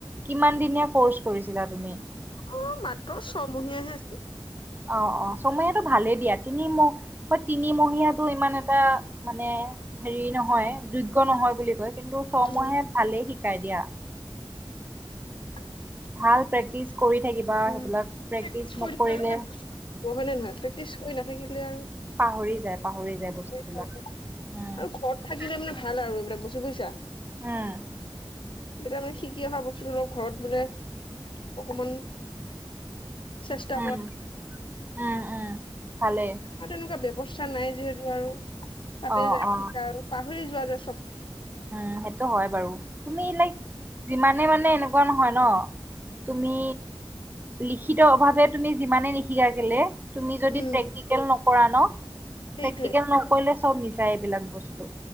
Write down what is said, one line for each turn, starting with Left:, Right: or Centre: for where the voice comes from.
Right: কিমান দিনীয়া কৰ্চ কৰিছিলা তুমি?
Left: অ' মাত্ৰ ছমহীয়াহে আছিলে।
Right: অৱ অৱ চহমহিয়াটো ভালেই দিয়া তিনিমহ তিনিমীয়াটো ইমান এটা মানে হেৰি নহয় যুদ <unintelligible> নহয় বুলি কয়। কিন্তু চমহীয়া
Left: উম,
Right: ভালেই শিকাই দিয়া।
Left: <unintelligible>
Right: ভাল প্ৰেকটিছ কৰি থাকিবা
Left: উম।
Right: সেইবিলাক প্ৰেক্টিচ
Left: কৰি
Right: নকৰিলে
Left: থাকিলেহে বস্তু হয় নে নহয় প্ৰেক্টিচ কৰি নাথাকিলে আৰু
Right: পাহৰি যায় পাহৰি যায় বস্তুবিলাক,
Left: যোৱা যায়।
Right: উম।
Left: আৰু ঘৰত থাকিলে মানে ভাল আৰু এইবিলাক বস্তু বুজছা?
Right: উম।
Left: যেতিয়া মানে শিকি অহা বস্তুটো ঘৰত বোলে অকমান চেষ্টা
Right: উম, উম উম। ভালেই
Left: মোৰ তেনেকুৱা বেব ৱস্থা নাই যিহেতু আৰু। তাতে
Right: অ
Left: যায় শিকা
Right: অ
Left: আৰু তাত পাহৰি যোৱা যে চব।
Right: উম, সেইটো হয় বাৰু তুমি লাইক যিমানে মানে এনেকুৱা নহয় ন তুমি লিখিত অভাৱে তুমি যিমানে লিখি দিয়া কেলে। তুমি যদি
Left: উম,
Right: প্ৰেক্টিকেল ন। পৰা ন।
Left: সেইটোৱে
Right: প্ৰেক্টিকেল নকৰিলে। চব মিছাই এইবিলাক বস্তু।